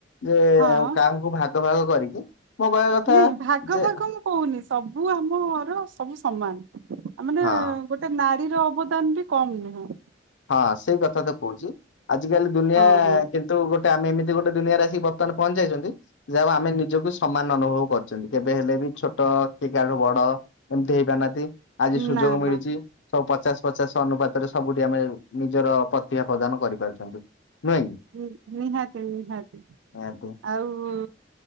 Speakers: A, on the left; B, on the right.
A: ଯେ
B: ହଁ
A: ଆ କାହାଙ୍କୁ ଭାଗ ଭାଗ କରିକି। ମୋ କହିବା କଥା
B: ନାଇଁ ଭାଗ
A: ଯେ
B: ଭାଗ ମୁଁ କହୁନି, ସବୁ ଆମର ସବୁ ସମାନ ଆ ମାନେ
A: ହଁ
B: ଗୋଟେ ନାରୀର ଅବଦାନ ବି କମ ନୁହେଁ।
A: ହଁ ସେଇ କଥା ତ କହୁଛି, ଆଜିକାଲି ଦୁନିଆ
B: ହଁ ହଁ
A: କିନ୍ତୁ ଗୋଟେ ଆମେ ଏମିତି ଗୋଟେ ଦୁନିଆରେ ଆସିକି ବର୍ତ୍ତମାନ ପହଞ୍ଚାଇଛନ୍ତି। ଯାହା ଆମେ ନିଜକୁ ସମାନ ଅନୁଭବ କରୁଛନ୍ତି, କେବେ ହେଲେ ବି ଛୋଟ ଅଁ କିଏ କାହାଠୁ ବଡ ଏମିତି ହେଇ ପାରୁନାହାନ୍ତି। ଆଜି ସୁଯୋଗ
B: ନା
A: ମିଳୁଛି,
B: ନା
A: ସବୁ ପଚାଶ ପଚାଶ ଅନୁପାତରେ ସବୁଠି ଆମେ ନିଜର ପ୍ରତିଭା ପ୍ରଦାନ କରିପାରୁଛନ୍ତି। ନୁହେଁ କି
B: ହୁଁ, ନିହାତି ନିହାତି।
A: ନିହାତି
B: ଆଉ